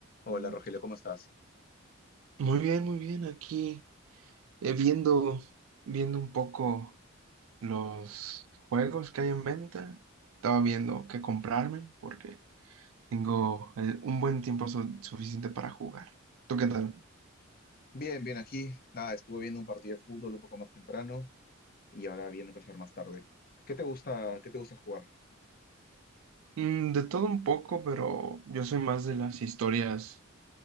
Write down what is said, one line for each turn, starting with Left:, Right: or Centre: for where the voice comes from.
Left: Hola
Right: Mm.
Left: Rogelio, ¿cómo estás?
Right: Muy bien, muy bien. Aquí eh, viendo, viendo un poco los juegos que hay en venta. Estaba viendo qué comprarme porque tengo eh, un buen tiempo su- suficiente para jugar. ¿Tú qué tal?
Left: Bien, bien aquí. Nada, estuve viendo un partido de fútbol un poco más temprano y ahora viendo qué hacer más tarde. ¿Qué te gusta, qué te gusta jugar?
Right: Mm, de todo un poco, pero yo soy más de las historias,